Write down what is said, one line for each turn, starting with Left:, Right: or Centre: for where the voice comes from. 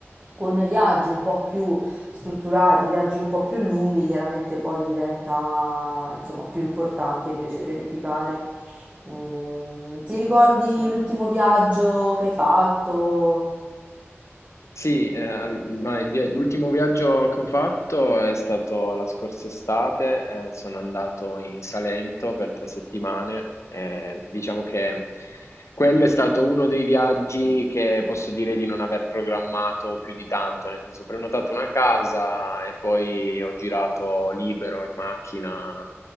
Right: Con viaggi un po' più strutturati, viaggi un po' più lunghi, chiaramente poi diventa insomma più importante invece pianificare. Ehm, ti ricordi
Left: Beh,
Right: l'ultimo viaggio che hai fatto?
Left: Sì, eh, al- ma il via- l'ultimo viaggio che ho fatto è stato la scorsa estate, eh, sono andato in Salento per tre settimane, eh, diciamo che quello è stato uno dei viaggi che posso dire di non aver programmato più di tanto, nel senso ho prenotato una casa e poi ho girato libero in macchina